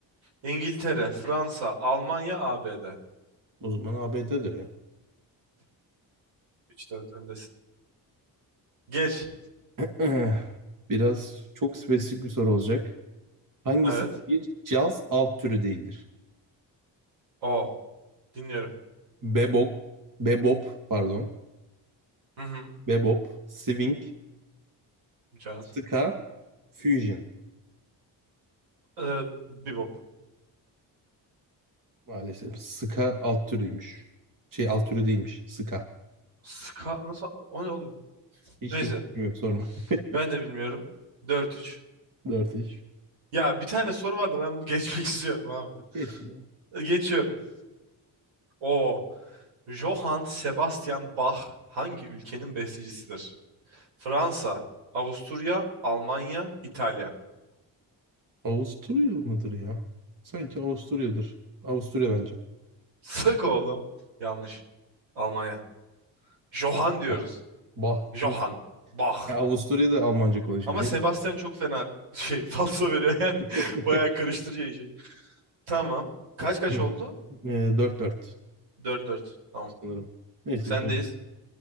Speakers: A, on the right; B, on the right.
A: İngiltere, Fransa, Almanya, ABD.
B: O zaman ABD'dir ya.
A: 3-4 öndesin. Geç.
B: <clears throat> <laughs> Biraz çok spesifik bir soru olacak. Hangisi
A: Evet.
B: bir caz alt türü değildir?
A: O. Dinliyorum.
B: Bebop, bebop pardon,
A: Hı hı.
B: bebop, swing,
A: Caz.
B: ska,
A: O.
B: fusion.
A: Ee, Bebop.
B: Maalesef ska alt türüymüş. Şey alt türü değilmiş, ska.
A: Ska nasıl? O ne oğlum?
B: Hiçbir
A: Neyse.
B: fikrim yok sorma. <laughs>
A: Ben de bilmiyorum. Dört üç.
B: Dört iş.
A: Ya bir tane soru vardı ben bunu geçmek <laughs> istiyorum abi.
B: Geç ya.
A: Ee, Geçiyorum. O Johann Sebastian Bach hangi ülkenin bestecisidir? Fransa, Avusturya, Almanya, İtalya.
B: Avusturya mıdır ya? Sanki Avusturya'dır. Avusturya bence.
A: Sık oğlum. Yanlış. Almanya. Johann diyoruz.
B: Bah. Bah
A: Johann
B: değil mi?
A: Bach.
B: Ya Avusturya'da Almanca konuşuyor.
A: Ama
B: Ne
A: Sebastian çok fena şey <laughs> falso veriyor yani <laughs>
B: bileyim.
A: bayağı karıştırıyor işi. Tamam. Kaç
B: <laughs>
A: kaç oldu?
B: Ee, dört 4
A: Dört dört. Tamam.
B: sanırım. Neyse.
A: Sendeyiz.
B: öyle.